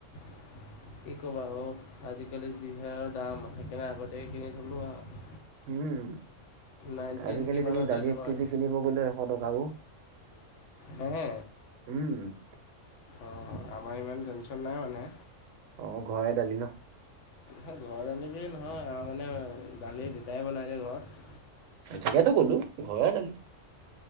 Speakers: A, on the left; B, on the right.
A: <inaudible> কি ক'বা অ আজিকালি যিহে আৰু দাম সেইকাৰণে আগতে কিনি থলোঁ আও
B: উম
A: নাইনটিন
B: আজিকালি
A: কিমানতে
B: তুমি দালি
A: তোমাৰ
B: এক কেজি কিনিব গ'লে এশ টকাও
A: হে
B: উম
A: অ আমাৰ ইমান টেনশ্যন নাই মানে
B: অ ঘৰে দালি ন।
A: ঘৰৰ দালি‌ বুলি নহয় আৰু মানে দালি দেউতাই বনাই যে ঘৰত।
B: তাকেতো ক'লো ঘৰয়ে দালি